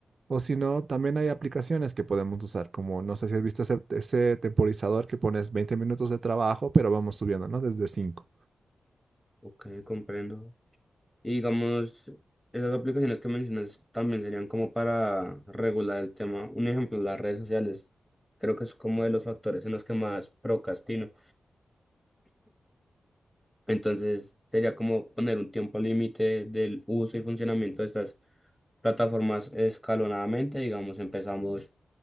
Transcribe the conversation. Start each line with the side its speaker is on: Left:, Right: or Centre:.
Right: O si no, también hay aplicaciones que podemos usar, como no sé si has visto ese, ese temporizador que pones 20 minutos de trabajo, pero vamos subiendo, ¿no? Desde cinco
Centre: Ok, comprendo. Y digamos, esas aplicaciones que mencionas también serían como para regular el tema. Un ejemplo, las redes sociales. Creo que es como de los factores en los que más procrastino. Entonces, sería como poner un tiempo límite del uso y funcionamiento de estas plataformas escalonadamente. Digamos, empezamos